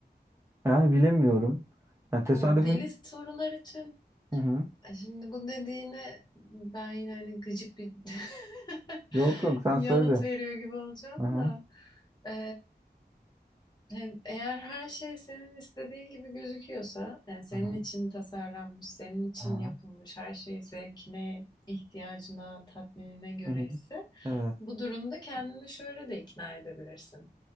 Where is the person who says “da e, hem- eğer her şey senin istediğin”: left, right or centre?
Left